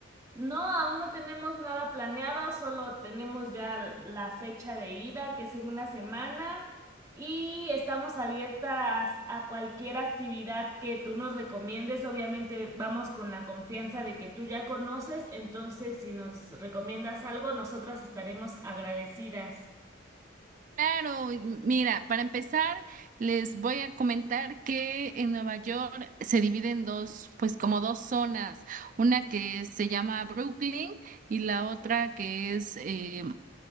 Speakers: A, on the right; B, on the right.
A: No, aún no tenemos nada planeado, solo tenemos ya l- la fecha de ida, que es en una semana, y estamos abiertas a cualquier actividad que tú nos recomiendes. Obviamente vamos con la confianza de que tú ya conoces, entonces si nos recomiendas algo, nosotras estaremos agradecidas.
B: Claro, y m- mira, para empezar, les voy a comentar que en Nueva York se divide en dos, pues como dos zonas, una que se llama Brooklyn y la otra que es eh,